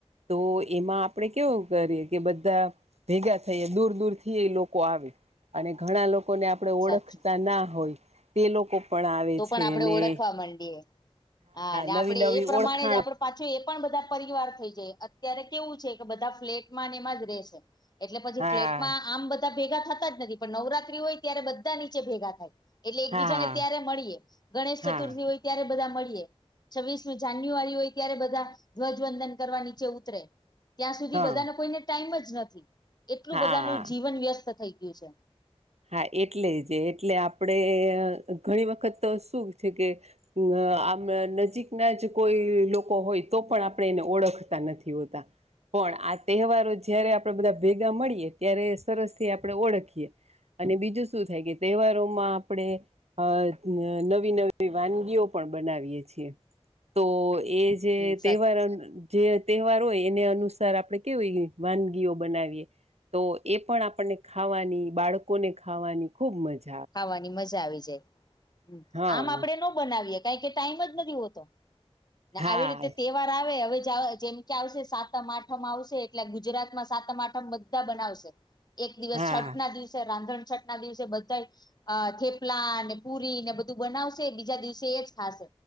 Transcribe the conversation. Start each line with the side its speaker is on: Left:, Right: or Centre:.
Right: તો એમાં આપડે કેવું કરીએ કે બધા ભેગા થઈ દૂર દૂર થી એ લોકો આવે અને ઘણા લોકોને આપણે ઓળખતા
Left: સાચું
Right: ના હોય તે લોકો પણ આવે
Left: તો પણ
Right: છે
Left: આપડે
Right: ને
Left: ઓળખવા માંડીએે હા અને
Right: નવી
Left: આપડી
Right: નવી
Left: એ પ્રમાણે
Right: ઓળખાણ
Left: જ આપડુ પાછું એ પણ બધા પરિવાર થઈ જાય અત્યારે કેવું છે કે બધા ફ્લેટ માં એમાં જ રહેશે એટલે પછી
Right: હા
Left: ફ્લેટમાં આમ બધા ભેગા થતા જ નથી પણ નવરાત્રી હોય ત્યારે બધા નીચે ભેગા થાય એટલે એકબીજાને
Right: હા
Left: ત્યારે મળીએ ગણેશ
Right: હા
Left: ચતુર્થી હોય ત્યારે બધા મળીએ છવ્વીસમી જાન્યુઆરી હોય ત્યારે બધા ધ્વજવંદન કરવા નીચે ઉતરે ત્યાં સુધી
Right: હા
Left: બધાનો કોઈને ટાઈમ જ નથી એટલું
Right: હા
Left: બધાનું જીવન વ્યસ્ત થઈ ગયું છે
Right: હા એટલે જ એટલે આપડે ઘણી વખત તો શું છે કે અ આમ નજીકના જ કોઈ લોકો હોય તો પણ આપણે એને ઓળખતા નથી હોતા પણ આ તહેવારો જયારે આપણેે બધા ભેગા મળીએ ત્યારે સરસ થી આપણે ઓળખીએ અને બીજું શું થાય કે તહેવારોમાં આપડે અ નવી નવી વાનગીઓ પણ બનાવીએ છીએ તો એજ જે
Left: હમ સાચું
Right: તહેવાર જે તહેવાર હોય એને અનુસાર આપણે કેવી હોય વાનગીઓ બનાવીએ તો એ પણ આ પણને ખાવાની બાળકોને ખાવાની ખૂબ મજ
Left: ખાવાની મજા આવી જાય
Right: હા
Left: આમ આપડે નો બનાવીયે કાઈ કે ટાઈમ જ નથી હોતો ને
Right: હા
Left: આવી રીતે તે વાર આવે હવે જેમ કે આવશે સાતમ આઠમ આવશે એટલે ગુજરાત માં સાતમ આઠમ બધા બનાવ એક દિવસ
Right: હા
Left: છઠ ના દિવસે રાંધણ છઠ ના દિવસે બધા અ થેપલા પુરી ને બધું બનાવશે બીજા દિવસે એજ ખાશે